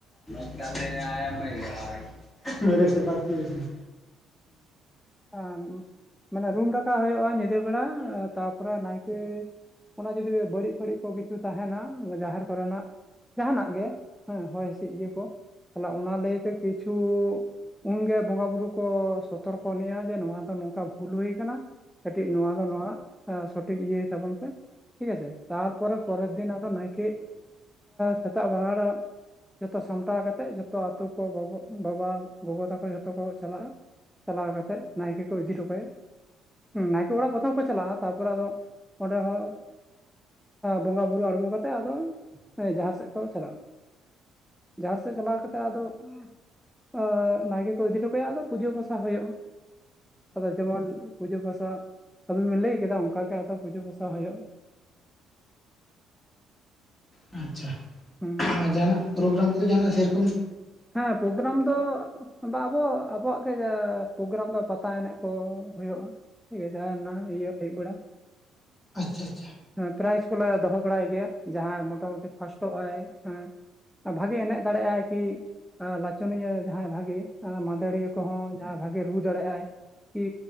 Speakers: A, on the left; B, in the centre.
A: <unintelligible> <inaudible> ᱢᱮᱨᱮ ᱥᱮ ᱵᱟᱫ ᱠᱤᱭᱟ <unintelligible> ᱦᱩᱸᱻ
B: ᱠᱷᱟᱱ ᱢᱟᱱᱮ ᱨᱩᱢ ᱰᱟᱠᱟᱣ ᱦᱩᱭᱩᱜᱼᱟ ᱧᱤᱫᱟᱹ ᱵᱮᱲᱟ ᱛᱟᱯᱚᱨᱮ ᱱᱟᱭ ᱠᱮ ᱚᱱᱟ ᱡᱩᱫᱤ ᱵᱟᱹᱲᱤᱡ ᱯᱟᱹᱲᱤᱡ ᱠᱚ ᱠᱤᱪᱷᱩ ᱛᱟᱦᱮᱱᱟ ᱡᱟᱦᱮᱨ ᱠᱚᱨᱮᱱᱟᱜ ᱡᱟᱦᱟᱱᱟᱜ ᱜᱮ ᱦᱮᱸ ᱦᱚᱭ ᱦᱤᱥᱤᱫ ᱤᱭᱟᱹ ᱠᱚ ᱛᱟᱦᱚᱞᱮ ᱚᱱᱟ ᱞᱟᱹᱭᱛᱮ ᱠᱤᱪᱷᱩ ᱩᱱᱜᱮ ᱵᱚᱸᱜᱟ ᱵᱩᱨᱩ ᱠᱚ ᱥᱚᱛᱚᱨ ᱠᱚ ᱟᱱᱤᱡ ᱟ ᱡᱮ ᱱᱚᱣᱟ ᱫᱚ ᱱᱚᱝᱠᱟ ᱵᱷᱩᱞ ᱦᱩᱭ ᱠᱟᱱᱟ ᱠᱟᱹᱴᱤᱡ ᱱᱚᱣᱟ ᱫᱚ ᱱᱚᱣᱟ ᱥᱚᱴᱷᱤᱠ ᱤᱭᱟᱹᱭ ᱛᱟᱵᱚᱱ ᱯᱮ ᱴᱷᱤᱠ ᱟᱪᱷᱮ ᱾ ᱛᱟᱨᱯᱚᱨᱮ ᱯᱚᱨᱮᱨ ᱫᱤᱱ ᱟᱫᱚ ᱱᱟᱭᱠᱮ ᱥᱮᱛᱟᱜ ᱵᱟᱦᱟᱲᱟᱜ ᱡᱚᱛᱚ ᱥᱟᱢᱴᱟᱣ ᱠᱟᱛᱮ ᱡᱚᱛᱚ ᱟᱛᱳ ᱠᱚ ᱵᱟᱵᱚ ᱵᱟᱵᱟ ᱜᱚᱜᱚ ᱛᱟᱠᱚ ᱡᱷᱚᱛᱚ ᱠᱚ ᱪᱟᱞᱟᱜᱼᱟ ᱾ ᱪᱟᱞᱟᱣ ᱠᱟᱛᱮ ᱱᱟᱭᱠᱮ ᱠᱚ ᱤᱫᱤ ᱦᱚᱴᱚ ᱠᱟᱭᱟᱸ ᱾ ᱱᱟᱭᱠᱮ ᱚᱲᱟᱜ ᱯᱨᱚᱛᱷᱚᱢ ᱠᱚ ᱪᱟᱞᱟᱜᱼᱟ ᱛᱟᱯᱚᱨᱮ ᱟᱫᱚ ᱚᱸᱰᱮ ᱦᱚᱸ ᱵᱚᱸᱜᱟ ᱵᱩᱨᱩ ᱟᱲᱜᱚ ᱠᱟᱛᱮᱫ ᱟᱫᱚ ᱡᱟᱦᱮᱨ ᱥᱮᱫ ᱠᱚ ᱪᱟᱞᱟᱜᱼᱟ ᱾ ᱡᱟᱦᱮᱨ ᱥᱮᱫ ᱪᱟᱞᱟᱣ ᱠᱟᱛᱮᱫ ᱟᱫᱚ ᱮᱸ ᱱᱟᱭᱠᱮ ᱠᱚ ᱤᱫᱤ ᱦᱚᱴᱚ ᱠᱟᱭᱟ ᱟᱫᱚ ᱯᱩᱡᱟᱹ ᱯᱟᱥ ᱥᱟ ᱦᱩᱭᱩᱜᱼᱟ ᱟᱫᱚ ᱡᱮᱢᱚᱱ, ᱯᱩᱡᱟᱹ ᱯᱟᱥᱟ ᱟᱵᱤᱱ ᱵᱮᱱ ᱞᱟᱹᱭ ᱠᱮᱫᱟ ᱚᱱᱠᱟ ᱜᱮ ᱟᱫᱚ ᱯᱩᱡᱟᱹ ᱯᱟᱥᱟ ᱦᱩᱭᱩᱜᱼᱟ᱾
A: ᱟᱪᱪᱷᱟ᱾
B: ᱦᱩᱸ,
A: ᱟᱨ ᱡᱟᱦᱟᱱᱟᱜ ᱯᱨᱳᱜᱨᱟᱢ ᱠᱚ ᱡᱟᱦᱟᱱᱟᱜ ᱥᱮᱨᱚᱠᱚᱢ,
B: ᱦᱮᱸ ᱯᱨᱳᱜᱨᱟᱢ ᱫᱚ, ᱵᱟ ᱟᱵᱚ ᱟᱵᱚᱣᱟᱜ ᱜᱮ ᱡᱟ ᱯᱨᱳᱜᱨᱟᱢ ᱫᱚ ᱯᱟᱛᱟ ᱮᱱᱮᱜ ᱠᱚ ᱦᱩᱭᱩᱜᱼᱟ᱾ ᱴᱷᱤᱠ ᱟᱪᱮ ᱚᱱᱟ ᱤᱭᱟᱹ ᱟᱭᱩᱵ ᱵᱮᱲᱟ,
A: ᱟᱪᱪᱷᱟ ᱪᱪᱷᱟ᱾
B: ᱮ ᱯᱨᱟᱭᱤᱡᱽ ᱠᱚᱞᱮ ᱫᱚᱦᱚ ᱵᱟᱲᱟᱭ ᱜᱮᱭᱟ ᱡᱟᱦᱟᱸᱭ ᱢᱚᱴᱟᱢᱩᱴᱤ ᱯᱷᱟᱥᱴ ᱯᱷᱴᱚᱜᱼ ᱟᱭ ᱦᱮᱸ ᱵᱷᱟᱜᱮ ᱮᱱᱮᱜ ᱫᱟᱲᱮᱭᱟᱜᱼ ᱟᱭ ᱠᱤ ᱞᱟᱪᱚᱱᱤᱭᱟᱹ ᱡᱟᱦᱟᱸᱭ ᱵᱷᱟᱜᱮ, ᱢᱟᱫᱟᱹᱲᱤᱭᱟᱹ ᱠᱚᱦᱚᱸ ᱡᱟᱦᱟᱸᱭ ᱵᱷᱟᱜᱮ ᱨᱩ ᱫᱟᱲᱮᱭᱟᱜᱼ ᱟᱭ ᱠᱤ